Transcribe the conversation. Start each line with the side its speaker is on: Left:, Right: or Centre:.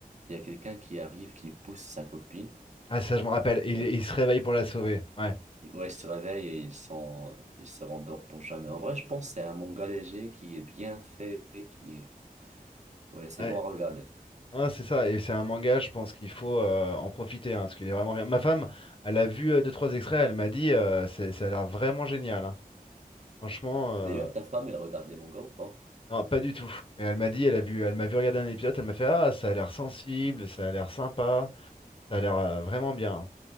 Right: il y a quelqu'un qui arrive, qui pousse sa copine.
Left: Ah, ça, je me rappelle.
Right: Et,
Left: Il, il
Right: et-
Left: se réveille pour la sauver. Ouais.
Right: et- ouais, il se réveille et il s'en, il se rendort pour jamais. En vrai, je pense que c'est un manga léger qui est bien fait, qui est, ouais, c'est
Left: Ouais.
Right: bon à regarder.
Left: Ah, c'est ça. Et c'est un manga, je pense qu'il faut euh, en profiter, hein, parce qu'il est vraiment bien. Ma femme, elle a vu euh, deux, trois extraits, elle m'a dit, euh, c'est- ça a l'air vraiment génial. hein. Franchement, euh,
Right: D'ailleurs, ta femme, elle regarde les mangas ou pas?
Left: non, pas du tout. Mais elle m'a dit, elle a vu, elle m'a vu regarder un épisode, elle m'a fait, ah, ça a l'air sensible, ça a l'air sympa, ça a l'air euh, vraiment bien.